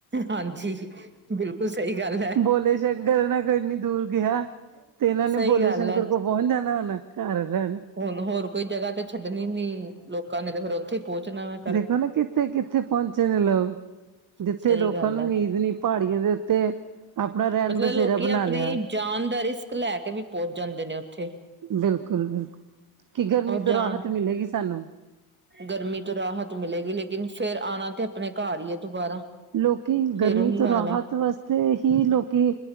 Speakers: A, on the right; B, on the right.
A: ਹਾਂਜੀ ਬਿਲਕੁਲ ਸਹੀ ਗੱਲ ਹੈ।
B: ਬੋਲੇ ਸ਼ੰਕਰ ਏਨਾਂ ਕ ਇੰਨੀ ਦੂਰ ਗਿਆ। ਤੇ ਏਨਾਂ ਨੇ
A: ਸਹੀ
B: ਬੋਲੇ
A: ਗੱਲ
B: ਸ਼ੰਕਰ
A: ਹੈ
B: ਕੋਲ ਪੋੰਚ ਜਾਣੈ ਹੁਣ, ਘਰ ਰੈਣ।
A: ਹੁਣ ਹੋਰ ਕੋਈ ਜਗ੍ਹਾ ਤੇ ਛੱਡਣੀ ਨੀ, ਲੋਕਾਂ ਨੇ ਤੇ ਫੇਰ ਔਥੇ ਹੀ ਪਹੁੰਚਣਾ ਵੈਂ।
B: ਦੇਖਾ ਨਾ ਕਿੱਥੇ-ਕਿੱਥੇ ਪੌੰਹਚੇ ਨੇ ਲੋਗ? ਜਿੱਥੇ
A: ਸਹੀ
B: ਲੋਕਾਂ
A: ਗੱਲ
B: ਨੂੰ
A: ਹੈ
B: ਉਮੀਦ ਨੀ। ਪਾੜੀਏ ਦੇ ਉੱਤੇ। ਆਪਣਾ ਰਹਿਣ
A: ਮਤਲਬ
B: ਬਸੇਰਾ
A: ਲੋਕੀ
B: ਬਣਾ
A: ਆਪਣੀ
B: ਲਿਆ
A: ਜਾਨ ਦਾ ਰਿਸਕ ਲੈ ਕੇ ਵੀ ਪੌੰਚ ਜਾਂਦੇ ਨੇ ਔਥੇ।
B: ਬਿਲਕੁਲ- ਬਿਲਕੁਲ, ਕੀ ਗਰਮੀ
A: ਜਾਣ
B: ਤੋਂ ਰਾਹਤ ਮਿਲੇਗੀ ਸਾਨੂੰ।
A: ਗਰਮੀ ਤੋਂ ਰਾਹਤ ਮਿਲੇਗੀ ਲੇਕਿਨ ਫੇਰ ਆਣਾ ਤੇ ਅਪਣੇ ਘਰ ਹੀ ਏ ਦੁਬਾਰਾ।
B: ਲੋਕੀ
A: ਫੇਰ
B: ਗਰਮੀ
A: ਉਹੀ
B: ਤੋਂ
A: ਹਾਲ
B: ਰਾਹਤ
A: ਹੈ
B: ਵਸ ਥੇ ਹੀ ਲੋਕੀ,